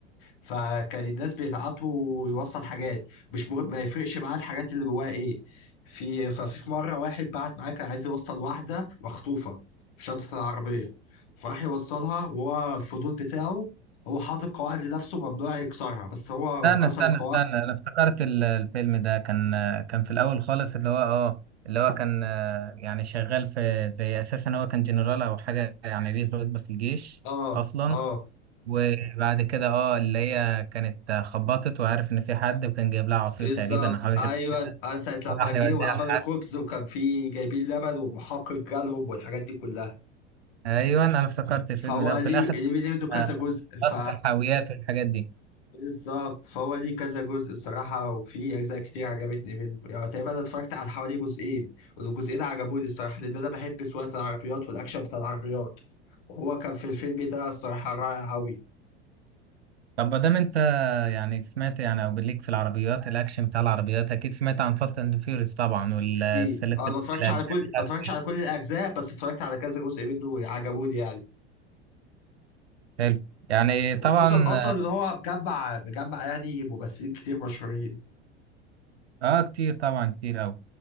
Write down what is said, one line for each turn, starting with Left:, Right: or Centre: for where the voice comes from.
Left: فكان الناس بيبعتوا يوصل حاجات مش مهم ما يفرقش معاه الحاجات اللي جواها ايه في ففي في مره واحد بعت معاه كان عايز يوصل واحده مخطوفه في شنطه العربيه فراح يوصلها وهو الفضول بتاعه هو حاطط قواعد لنفسه ممنوع يكسرها بس هو
Right: استنى
Left: كسر
Right: استنى
Left: قواعد
Right: استنى انا افتكرت ال- الفيلم ده كان آه، كان في الاول خالص اللي هو اه اللي هو كان آه، يعني شغال في زي اساسا هو كان جنرال او حاجه يعني ليه رتبه في الجيش
Left: اه
Right: اصلا
Left: اه
Right: وبعد كده اه اللي هي كانت خبطت وعارف ان في حد وكان جايب لها عصير
Left: بالظبط
Right: تقريبا او حاجه شبه
Left: ايوه
Right: كده
Left: آه، ساعه لما
Right: وراح
Left: جه
Right: يوديها
Left: وعملوا
Right: لحد
Left: خبز وكان فيه جايبين لبن ومحقق جالهم والحاجات دي كلها
Right: ايوه انا افتكرت الفيلم
Left: فهو
Right: ده
Left: ليه
Right: وفي الاخر
Left: ليه منه كذا
Right: آه،
Left: جزء
Right: لقطه
Left: ف
Right: الحاويات والحاجات دي
Left: بالظبط فهو ليه كذا جزء الصراحه وفي اجزاء كتير عجبتني منه يعني تقريبا انا اتفرجت على حوالي جزئين والجزئين عجبوني الصراحه لان انا بحب سواقه العربيات والاكشن بتاع العربيات وهو كان في الفيلم ده الصراحه رائع قوي
Right: طب ما دام انت يعني سمعت يعني او ليك في العربيات الاكشن بتاع العربيات اكيد سمعت عن فاست اند فيوريوس طبعا والسلاسل
Left: اكيد آه، انا ما اتفرجتش
Right: الأجزاء
Left: على كل
Right: بتاعته.
Left: ما اتفرجتش على كل الاجزاء بس اتفرجت على كذا جزء منه عجبوني يعني
Right: حلو يعني طبعا
Left: وخصوصا اصلا ان هو مجمع مجمع يعني ممثلين كتير مشهورين
Right: اه كتير طبعا كتير قوي